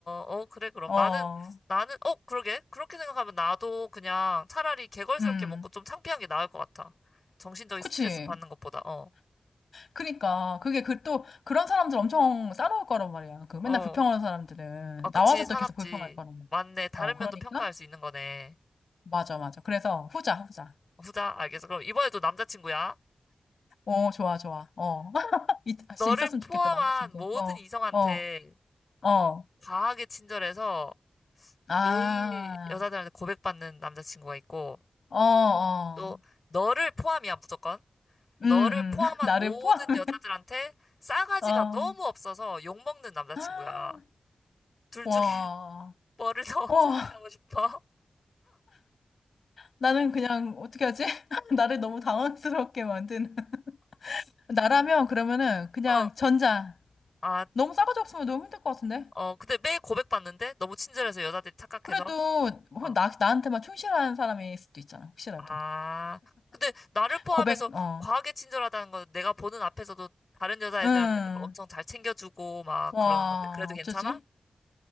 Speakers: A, on the left (about 45°); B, on the left (about 75°).
A: 어, 그래, 그럼.
B: <laughs> 어,
A: 나는, 나는, 어, 그러게. 그렇게 생각하면 나도 그냥 차라리 개걸스럽게
B: 음.
A: 먹고 좀 창피한 게 나을 것 같아. 정신적인
B: 그치.
A: 스트레스 받는 것보다, 어,
B: 그니까. 그게 그 또 그런 사람들 엄청 싸놓을 거란 말이야. 그 맨날
A: 어.
B: 불평하는 사람들은.
A: 아, 그치,
B: 나와서
A: 사납지.
B: 또 계속 불평할 거란 말이야.
A: 맞네. 다른
B: 어, 그러니까?
A: 면도 평가할 수 있는 거네.
B: 맞아, 맞아. 그래서 후자, 후자.
A: 후자, 알겠어. 그럼 이번에도 남자친구야.
B: 어, 좋아, 좋아. 어. <laughs> 있, 아, 진짜
A: 너를
B: 있었으면
A: 포함한
B: 좋겠다, 남자친구.
A: 모든
B: 어,
A: 이성한테
B: 어, 어.
A: 과하게 친절해서
B: 아,
A: 매일 여자들한테 고백받는 남자친구가 있고,
B: 어, 어.
A: 또, 너를 포함이야, 무조건.
B: 음,
A: 너를 포함한
B: 음. <laughs> 나를
A: 모든
B: 포함해.
A: 여자들한테 싸가지가
B: 어.
A: 너무 없어서 욕먹는 남자친구야.
B: <gasps>
A: 둘
B: 와,
A: 중에 <laughs> 뭐를 더
B: 와,
A: <laughs> 선택하고 싶어?
B: 나는 그냥 어떻게 하지? <laughs> 나를 너무 당황스럽게 만드는. <laughs> 나라면 그러면은 그냥
A: 어.
B: 전자.
A: 아,
B: 너무 싸가지 없으면 너무 힘들 것 같은데?
A: 어, 근데 매일 고백받는데? 너무 친절해서 여자들이 착각해서?
B: 그래도 혹
A: 어.
B: 나, 나한테만 충실한 사람일 수도 있잖아, 혹시라도.
A: 아. 근데 나를 포함해서
B: 고백, 어.
A: 과하게 친절하다는 건 내가 보는 앞에서도 다른 여자애들한테도
B: 응.
A: 막 엄청 잘 챙겨주고 막
B: 와,
A: 그러는 건데. 그래도 괜찮아?
B: 어쩌지?